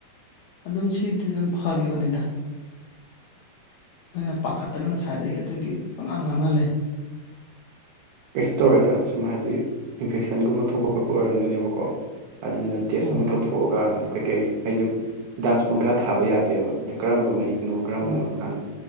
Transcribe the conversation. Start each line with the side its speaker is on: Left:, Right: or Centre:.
Left: ꯑꯗꯨꯝ ꯁꯤꯗꯤ ꯑꯗꯨꯝ ꯐꯈꯤꯕꯅꯤꯗ ꯃꯣꯏꯅ ꯄꯥꯈꯠꯇꯅ ꯉꯁꯥꯏꯗꯒꯤ ꯑꯗꯨꯒꯤ ꯄꯉꯥꯡ ꯉꯥꯡꯅ ꯂꯩ
Right: ꯀꯩꯁꯨ ꯇꯧꯔꯦꯗ ꯁꯨꯝ ꯍꯥꯏꯕꯗꯤ ꯏꯟꯐꯦꯛꯁꯟꯒꯨꯝꯕ ꯊꯣꯛꯄ ꯈꯣꯠꯄ ꯑꯣꯏꯔꯝꯗꯣꯏꯅꯦꯕꯀꯣ ꯑꯗꯨꯗꯨꯅ ꯇꯦꯁ
Left: ꯎꯝ
Right: ꯑꯃ ꯇꯧꯊꯣꯛꯑꯒ ꯑꯗꯨ ꯀꯩꯀꯩ ꯍꯥꯏꯗꯤ ꯍꯤꯗꯥꯛꯁꯨ ꯄꯨꯡꯊꯥ ꯊꯥꯕ ꯌꯥꯗꯦꯕ ꯑꯗ ꯀꯔꯝꯕ ꯃꯍꯤꯛꯅꯣ ꯀꯔꯝꯕꯅꯣ
Left: ꯎꯝ
Right: ꯍꯥꯟꯅ